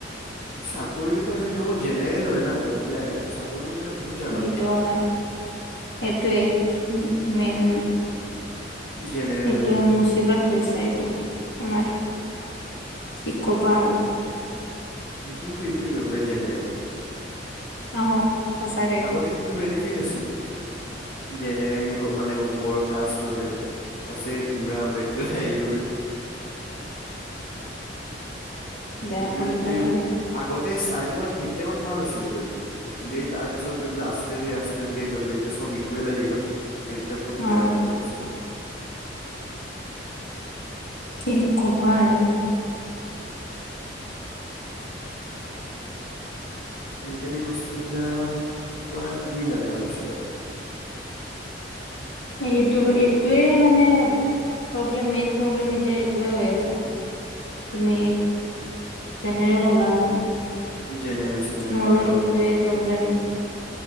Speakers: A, on the left; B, on the left.
A: চাকৰিটোৰ কাৰণে ন জেনেৰেল হয় না গৈ পেলাই চাকৰিটোৰ কাৰণে বহুত জ্বালা
B: সেইটো
A: পৰে।
B: হয়, সেইটোৱে মে-মেইন
A: জেনেৰেল
B: সেইটোৱে
A: হৈ গ'লো
B: মুচিবাত হৈছে এইটো আমাৰ, কি ক'বা আৰু।
A: দুখ এইটো কৈ বোলে জেনেৰেল
B: অ'হ সঁচাকে।
A: তেতিয়া কিন্তু বেনিফিট আছিল, জেনেৰেল মানে ওপৰ কাজ কৰি ম পেলাই তাৰপিছত এই ভীমৰাম আম্বেদকাৰ আহি গ'ল নেকি?
B: বেয়া
A: এইটোৱে
B: কৰি
A: গোটেই
B: পেলালে
A: আগতে ষ্টাৰ্টিঙত সেই টাইমত ভাল আছিলে গৈ পেলাই। এই তাৰ পিছত গৈ পেলাই আস্থে ধীৰে, আস্থে ধীৰে গৈ পেলাই এতিয়া চব ইকুৱেল আহি গ'ল। এইখিতে বহুত
B: অ
A: বেয়া হৈ গ'ল বস্তু।
B: কি ক'বা আৰু?
A: আজিকালি বস্তু বিলাক কিবা-কিবি লগা হৈছে আৰু।
B: এইটোৰ এইটোৱে মানে প্ৰব্লেম, মেইন প্ৰব্লেম এতিয়া এইটোৱে হৈ আছে। তুমি জেনেৰেল হ'লা ন।
A: জেনেৰেল চেনেৰেল
B: মোৰো
A: লৈ পেলাই
B: সেইটোৱে
A: অ
B: প্ৰব্লেম,